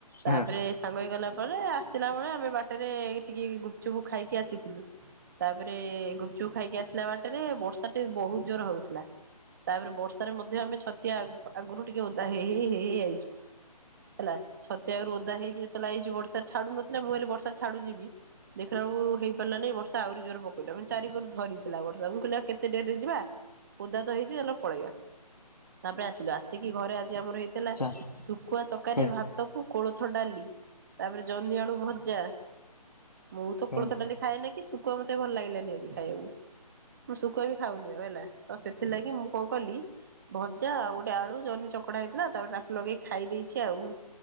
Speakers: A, on the left; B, on the right.
A: ହଁ
B: ତାପରେ ସାଙ୍ଗ ହୋଇ ଗଲା ପରେ ଆସିଲା ବଳେ ଆମେ ବାଟରେ ଟିକେ ଗୁପଚୁପ୍ ଖାଇକି ଆସ ଥିଲୁ, ତାପରେ ଗୁପଚୁପ ଖାଇକି ଆସିଲା ବାଟରେ ବର୍ଷା ଟେ ବହୁତ ଜୋର ହଉଥିଲା। ତାପରେ ବର୍ଷାରେ ମଧ୍ୟ ଆମେ ଛତିଆ ଆଗରୁ ଟିକେ ଓଦା ହେଇ ହେଇ ହେଇ ହେଇ ଆଇଚୁ। ହେଲା ଛତିଆ ରୁ ଓଦା ହେଇକି ମତ ଲାଗଛି ବର୍ଷା ଛାଡୁ ନଥିଲା ମୁଁ ହେଲେ ବର୍ଷା ଛଡୁ ଯିବି, ଦେଖିଲାବେଳକୁ ହେ ହେଲା ନାଇ ବର୍ଷ ଆହୁରି ଜୋର ପକାଉଥିଲା ଚାରି କରୁ ଧରିଥିଲା ବର୍ଷା ମୁଁ କହିଲି କେତେ ଡେରି ରେ ଯିବା ଓଦା ତ ହେଇଛି ଚାଲ ପଳେଇବା ତାପରେ ଆସିଲୁ ଆସିକି ଘରେ ଆଜି ଆମର ହେଇ ଥିଲା,
A: ଆଚ୍ଛା
B: ଶୁଖୁଆ ତକାରୀ,
A: ହଁ
B: ଭା ତକୁ କୋଳଥ ଡାଲି ତାପରେ ଜହ୍ନିଆଳୁ ଭଜା ମୁଁ ତ
A: ହଁ
B: କୋଳଥ ଡାଲି ଖାଏ ନା କି ଶୁକୁଆ ମତେ ଭଲ ଲାଗିଲାନି ଆଜି ଖାଇବାକୁ ମୁ ଶୁଖୁଆ ବି ଖାଉନି ଆଉ ହେଲା ତ ସେଥିଲାଗି ମୁଁ କଣ କଲି ଭଜା ଆଉ ଗୋଟେ ଆଳୁ ଜନି ଚକଡା ହେଇଥିଲା ତାପରେ ତାକୁ ଲଗେଇକି ଖାଇ ଦେଇଛି ଆଉ।